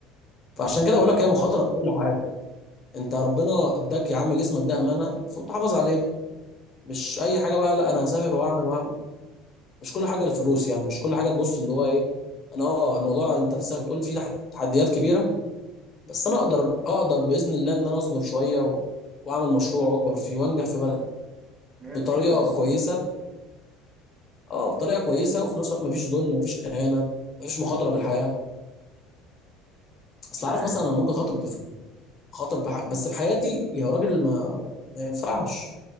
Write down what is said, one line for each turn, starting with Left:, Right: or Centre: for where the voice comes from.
Right: يا
Left: فعشان
Right: حول ولا
Left: كده بقول
Right: قوة.
Left: لك هي مخاطره في كل حاجه انت ربنا اداك يا عم جسمك ده امانه المفروض تحافظ عليه مش اي حاجه بقى لا انا هسافر واعمل واعمل مش كل حاجه الفلوس يعني مش كل حاجه تبص اللي هو ايه انا اه الموضوع انت لسه بتقول فيه تح- تحديات كبيره بس انا اقدر اقدر باذن الله ان انا اصبر شويه و... واعمل مشروع واكبر فيه وانجح في بلدي
Right: هي
Left: بطريقه
Right: بتيجي مع الصبر
Left: كويسه اه بطريقه كويسه وفي نفس الوقت مفيش ذل مفيش اهانه مفيش مخاطره بالحياه اصل
Right: ده
Left: عارف
Right: حياه
Left: مثلا انا ممكن خاطر بفلوس خاطر بح... بس بحياتي يا راجل ما ما ينفعش